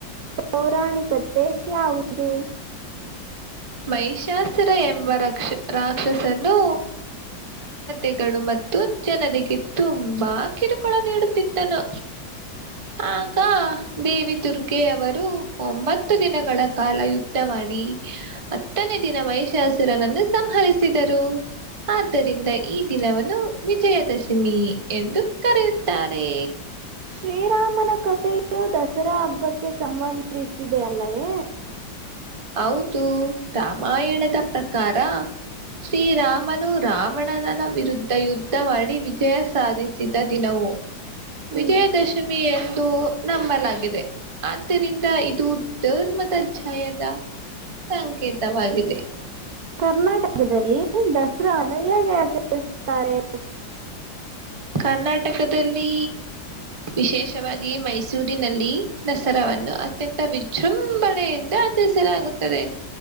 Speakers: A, on the right (about 65°); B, on the right (about 40°).
A: ಪೌರಾಣಿಕತೆ ಯಾವುದು
B: ಮಹಿಷಾಸುರ ಎಂಬ ರಾಕ್ಷ ರಾಕ್ಷಸನು ೆಗಳು ಮತ್ತು ಜನರಿಗೆ ತುಂಬಾ ಕಿರುಕುಳ ನೀಡುತ್ತಿದ್ದನು ಆಗ ದೇವಿ ದುರ್ಗೆವರು ಒಂಬತ್ತು ದಿನಗಳ ಕಾಲ ಯುದ್ಧ ಮಾಡಿ ಹತ್ತನೇ ದಿನ ಮಹಿಷಾಸುರನನ್ನು ಸಂಹರಿಸಿದರು ಆದ್ದರಿಂದ ಈ ದಿನವನ್ನು ವಿಜಯದಶಮಿ ಎಂದು ಕರೆಯುತ್ತಾರೆ
A: ಶ್ರೀರಾಮನ ಕಥೆಯು ದಸರಾ ಹಬ್ಬಕ್ಕೆ ಸಂಬಂಧಿಸಿದೆ ಅಲ್ಲವೇ
B: ಹೌದು ರಾಮಾಯಣದ ಪ್ರಕಾರ ಶ್ರೀರಾಮನು ರಾವಣನ ವಿರುದ್ಧ ಯುದ್ಧ ಮಾಡಿ ವಿಜಯ ಸಾಧಿಸಿದ ದಿನವು
A: ಹ್ಮ್
B: ವಿಜಯದಶಮಿ ಎಂದು ನಂಬಲಾಗಿದೆ ಆದ್ದರಿಂದ ಇದು ಧರ್ಮ ಜಯದ ಸಂಕೇತವಾಗಿದೆ
A: ಕರ್ನಾಟಕದಲ್ಲಿ ದಸರನ್ನು ಹೇಗೆ ಆಚರಿಸುತ್ತಾರೆ
B: ಕರ್ನಾಟಕದಲ್ಲಿ ವಿಶೇಷವಾಗಿ ಮೈಸೂರಿನಲ್ಲಿ ದಸರಾ ನ್ನು ಅತ್ಯಂತ ವಿಜೃಂಭಣೆಯಿಂದ ಆಚರಿಸಲಾಗುತ್ತದೆ